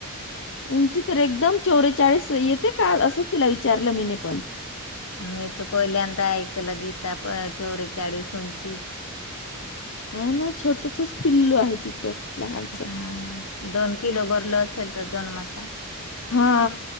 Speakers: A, on the left; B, on the left.
A: उंची तर एकदम चोरेचाळीस येते का असं तिला विचारलं मी पण
B: मी तर पहिल्यांदा ऐकलं गीता चोरी चाळीसंची
A: हा ना छोटसच पिल्लू आहे तिचं लहानस
B: हा दोन किलो भरलो असेल तर दोनमात
A: हा